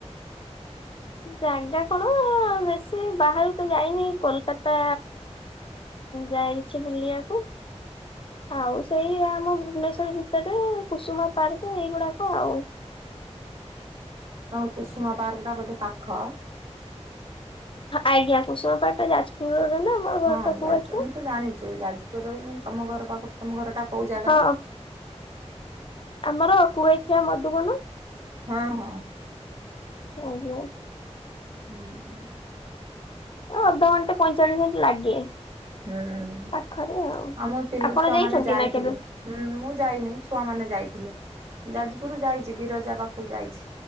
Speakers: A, on the left (about 50°); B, on the right (about 65°).
A: ଜାଗା କଣ ବେଶୀ ବାହାରୁକୁ ଯାଇନି କୋଲକାତା ଯାଇ ଟିକେ ବୁଲିବାକୁ। ଆଉ ସେଇ ଆମ ଭୁବନେଶ୍ୱର ଭିତରେ କୁସୁମା ପାର୍କ ଏଇଗୁଡାକ ଆଉ।
B: ହଁ କୁସୁମା ପାର୍କଟା ବୋଧେ ପାଖ?
A: ଆଜ୍ଞା କୁଷୁମାପାର୍କ ଯାଜପୁରରେ ନା। ଆମ ଘର
B: ହଁ
A: ତ କୁଆଖିଆ।
B: ଯାଜପୁର ଆମେ ତ ଜାଣିଛୁ ଯାଜପୁର ତମ ଘର ପାଖରୁ ତମ ଘରଟା କେଉଁ ଜାଗାରେ?
A: ହଁ ଆମର କୁଆଖିଆ ମଧୁବନ।
B: ହଁ ହଁ।
A: ଓହୋ।
B: ହୁଁ।
A: ଅଧଘଣ୍ଟେ ପଇଁଚାଳିଶ ମିନିଟ୍ ଲାଗେ।
B: ହୁଁ
A: ପାଖରେ ଆଉ।
B: ଆମ ପିଲା
A: ଆପଣ
B: ଛୁଆମାନେ
A: ଯାଇଛନ୍ତି
B: ଯାଇଥିଲେ।
A: ନା କେବେ?
B: ହୁଁ ମୁଁ ଯାଇନି ଛୁଆ ମାନେ ଯାଇଥିଲେ ଯାଜପୁର ଯାଇଛି ବିରଜା ପାଖକୁ ଯାଇଛି।